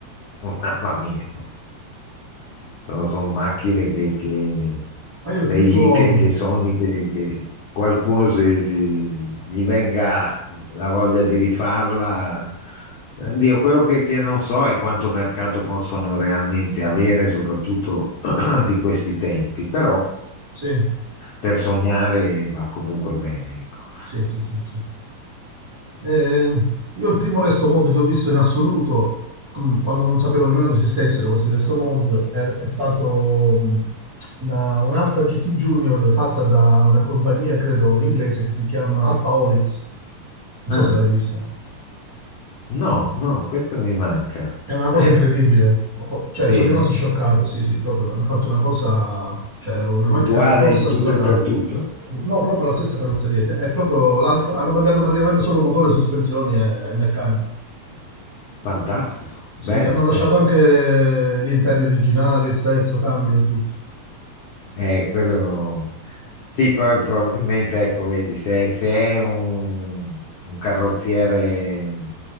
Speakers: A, on the left; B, on the right.
A: <laughs> mamma mia. Sono, sono macchine che, che
B: Ma io
A: sei
B: il primo,
A: lì che, che sogni che, che qualcuno si, si- gli venga la voglia di rifarla. Eh, Dio, quello che, che non so è quanto mercato possono realmente avere, soprattutto <clears throat> di questi tempi, però
B: sì.
A: per sognare va comunque bene, ecco.
B: Sì, sì, sì, sì. Eh, io il primo resto mod che ho visto in assoluto, com- quando non sapevo nemmeno che esistessero questi resto mod, è, è stato mm, una, un Alpha GT Junior fatta da una compagnia, credo, inglese che si chiama Alpha Olix. Non
A: Ah,
B: so se l'hai vista.
A: no, no, questo mi manca.
B: È una cosa
A: Eh,
B: incredibile, cioè
A: sì,
B: sono rimasto scioccato, sì sì, proprio hanno fatto una cosa, cioè una
A: uguale
B: macchina da corsa
A: in tutto
B: stradale,
A: e per tutto.
B: no proprio la stessa carrozzeria, è proprio l'Alfa, hanno cambiato praticamente solo motore, sospensioni e, e meccanica,
A: Fantastico,
B: sì,
A: bello,
B: hanno lasciato
A: bello.
B: anche gli interni originali, sterzo, cambio e tutto,
A: Eh, quello... Sì, poi probabilmente, ecco, vedi, se, se è un, un carrozziere